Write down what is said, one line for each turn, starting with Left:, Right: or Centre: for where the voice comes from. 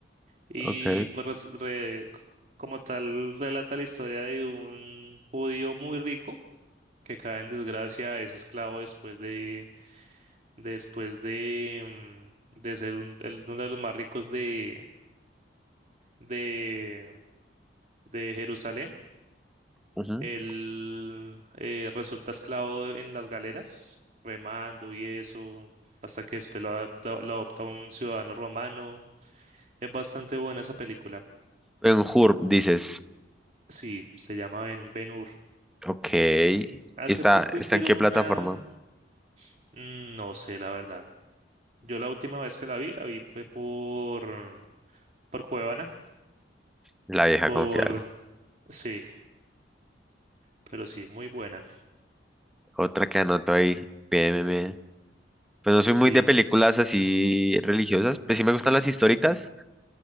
Right: Y
Centre: ok.
Right: pues re- como tal relata la historia de un judío muy rico que cae en desgracia, es esclavo después de, después de, mm, de ser un- el- uno de los más ricos de, de, de Jerusalén.
Centre: ujú.
Right: Él eh, resulta esclavo en las galeras, remando y eso, hasta que después lo adapta- lo adopta un ciudadano romano. Es bastante buena esa película.
Centre: Ben Hur, dices.
Right: Sí, se llama Ben, Ben-Hur.
Centre: Ok.
Right: Hace
Centre: ¿Está,
Right: poco
Centre: está
Right: hicieron
Centre: en qué
Right: una...
Centre: plataforma?
Right: mm, No sé, la verdad. Yo la última vez que la vi, la vi fue por... por Cuevana,
Centre: La vieja
Right: por...
Centre: confiable.
Right: Sí, pero sí, muy buena.
Centre: Otra que anoto ahí. P M M Pues no soy
Right: Sí,
Centre: muy de películas así religiosas, pues sí me gustan las históricas,